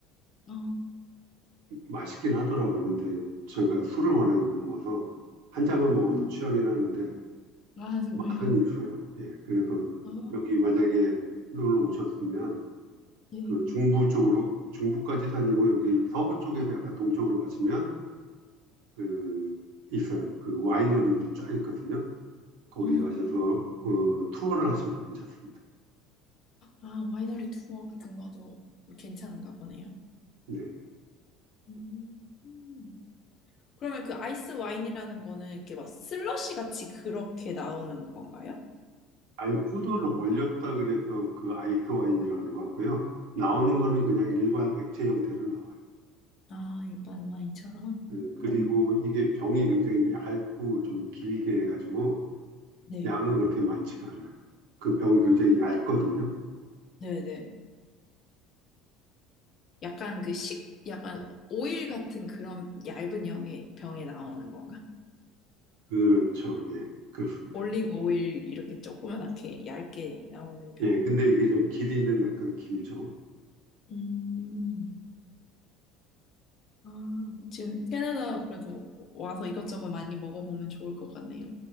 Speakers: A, on the left; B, on the right.
A: 아,
B: 맛있긴 하더라고요. 근데 제가 술을 워낙에 못 먹어서 한 잔만
A: 음,
B: 먹어도 취하긴 하는데
A: 아, 정말요?
B: 맛은 있어요. 예. 그래서
A: 아,
B: 여기 만약에 놀러 오셨으면
A: 네.
B: 그 중부 쪽으로 중부까지도 아니고 여기 서부 쪽에서 약간 동쪽으로 가시면 그 있어요. 그 와이너리들이 쫙 있거든요. 거기
A: 어.
B: 가셔서 어, 투어를 하셔도 괜찮습니다.
A: 아, 와이너리 투어 같은 것도 괜찮은가 보네요.
B: 네.
A: 음. 음. 그러면 그 아이스 와인이라는 거는 이렇게 막 슬러시 같이 그렇게 나오는 건가요?
B: 아니, 포도를 얼렸다 그래서 그 아이스 와인이라는 것 같고요. 나오는
A: 아,
B: 거는 그냥 일반 액체 형태로 나와요.
A: 아, 일반 와인처럼.
B: 예, 그리고
A: 음.
B: 이게 병이 굉장히 얇고 좀 길게 해가지고
A: 네.
B: 양은 그렇게 많지가 않아요. 그 병이 굉장히
A: 아,
B: 얇거든요.
A: 네네. 약간 그 식, 약간 오일 같은 그런 얇은 병에, 병에 나오는 건가?
B: 그렇죠. 예, 그렇습니다.
A: 올리브 오일 이렇게 조그맣게 얇게 나오는 병.
B: 예, 근데 이게 좀 길이는 약간 길죠.
A: 음. 아, 지금 캐나다 그래도 와서 이것저것 많이 먹어보면 좋을 것 같네요.